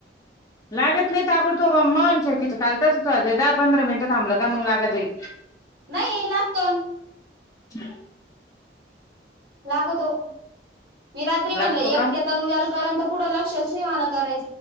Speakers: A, on the left (about 20°); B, on the right (about 70°).
A: लागत नाही आपण तो्म शकीचलताच तू दहा पंधरा मिनिटं थांबलं का मग लागत जाई
B: नाही लागतोन
A: ह
B: लागतो मी रात्री म्हणल
A: लागतो
B: एक
A: का
B: तेतानु द्याला क लक्ष म कराय